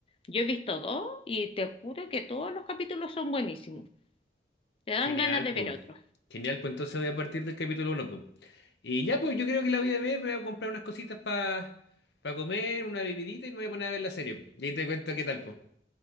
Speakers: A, on the left; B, on the left.
A: yo he visto dos y te juro que todos los capítulos son buenísimos. Te dan
B: Genial,
A: ganas de
B: pues.
A: ver otro.
B: Genial, pues entonces voy a partir del capítulo uno, pues. Y ya, pues yo creo que la voy a ver, voy a comprar unas cositas para comer, una bebidita y me voy a poner a ver la serie. Y ahí te cuento qué tal, pues.